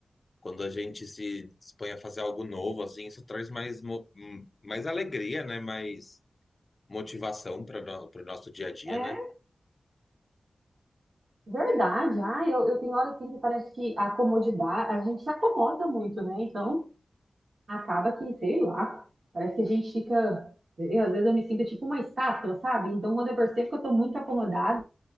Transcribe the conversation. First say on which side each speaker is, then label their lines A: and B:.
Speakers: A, on the left; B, on the right.
A: quando a gente se dispõe a fazer algo novo, assim, isso traz mais, mo- hum, mais alegria, né? Mais motivação para o nosso dia a dia,
B: É.
A: né?
B: Verdade, ah, eu, eu tenho hora assim que parece que a comodidade, a gente se acomoda muito, né? Então, acaba que, sei lá, parece que a gente fica, eu, às vezes eu me sinto tipo uma estátua, sabe? Então, quando eu percebo que eu tô muito acomodada,